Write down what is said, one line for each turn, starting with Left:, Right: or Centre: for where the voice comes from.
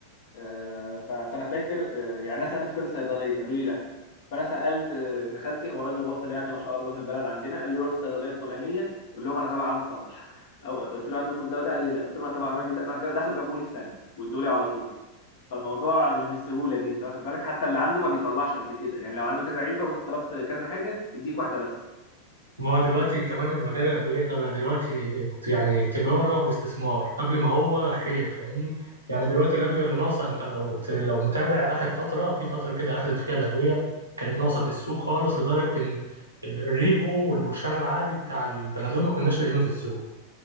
Left: آه، ف- فانا فاكر آه، يعني انا سالت في كذا صيدليه قالوا لي لا فانا سالت آه، ابن خالتي هو راجل واصل يعني ما شاء الله في البلد عندنا قال لي روح الصيدليه الفلانيه قول لهم انا تبع عم صلاح <laughs> او قلت له عندكم الدواء ده قال لي لا قلت له انا تبع الراجل ده راح جاب- دخلوا جابوه لي في ثانيه وادوا لي على طول فالموضوع مش بالسهوله دي انت واخد بالك حتى اللي عنده ما بيطلعش قد كده يعني لو عنده كذا علبه وانت طلبت كذا حاجه يديك واحده بس
Right: ما هو دلوقتي كمان المجال الأدوية ده بقى دلوقتي يعني تجارة واستثمار قبل ما هو خير فاهمني يعني دلوقتي الأدوية اللي ناقصة أنت لو لو متابع آخر فترة في فترة كده أخدت فيها الأدوية كانت ناقصة في السوق خالص لدرجة إن الريفو والبرشام العادي بتاع البنادول ما كناش لاقيينه في السوق